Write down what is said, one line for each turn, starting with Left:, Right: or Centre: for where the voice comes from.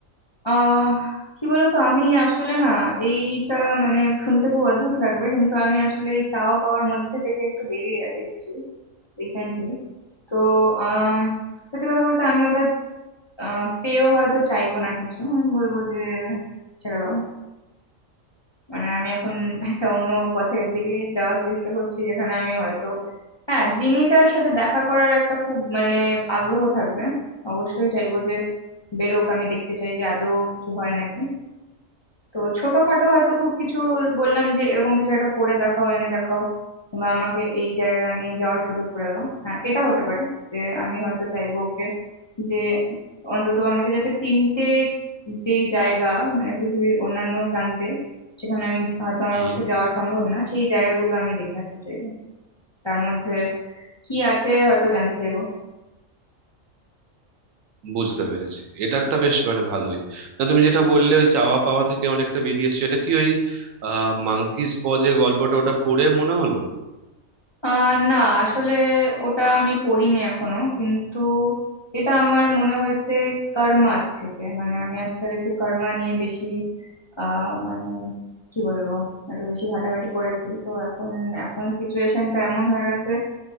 Left: আহ কি বলতো আমি আসলে না এইটা মানে শুনতে খুব অদ্ভুত লাগবে কিন্তু আমি আসলে এই চাওয়া পাওয়ার মধ্যে থেকে একটু বেরিয়ে এসেছি রিসেন্টলি তো আম, সত্যি কথা বলতে আমি ওটা আহ, পেয়েও হয়তো চাইবো না কিছু আমি বলবো যে ছেড়ে দাও মানে আমি এখন একটা অন্য পথের দিকে যাওয়ার চেষ্টা করছি যেখানে আমি হয়তো হ্যাঁ জিনিটার সাথে দেখা করার একটা খুব মানে আগ্রহ থাকবে অবশ্যই চাইবো যে বেরোক আমি দেখতে চাই যে আদৌ কিছু হয় নাকি তো ছোটখাটো হয়তো খুব কিছু বললাম যে এরকম কিছু একটা করে দেখাও এনে দেখাও বা আমাকে এই জায়গায় আমি যাওয়ার সুযোগ করে দাও হ্যাঁ এটা হতে পারে যে আমি হয়তো চাইবো ওকে যে অন্তত আমাকে যাতে তিনটে যেই জায়গা মানে পৃথিবীর অন্যান্য প্রান্তে সেখানে আমি হয়তো আমার
Right: হুম
Left: পক্ষে যাওয়া সম্ভব না সেই জায়গাগুলো আমি দেখে আসতে চাইবো তার মধ্যে কি আছে হয়তো জানতে চাইবো
Right: বুঝতে পেরেছি এটা একটা বেশ মানে ভালোই না তুমি যেটা বললে ওই চাওয়া পাওয়া থেকে অনেকটা বেরিয়ে এসছো এটা কি ওই আহ মাঙ্কিস পজে গল্পটা ওটা পড়ে মনে হলো
Left: আহ না আসলে ওটা আমি পড়িনি এখনো কিন্তু এটা আমার মনে হয়েছে কর্মার থেকে মানে আমি আজকাল একটু কর্মা নিয়ে বেশি আহ মানে কি বলবো একটু বেশি ঘাটাঘাটি করেছি তো এখন এখন সিচুয়েশনটা এমন হয়ে গেছে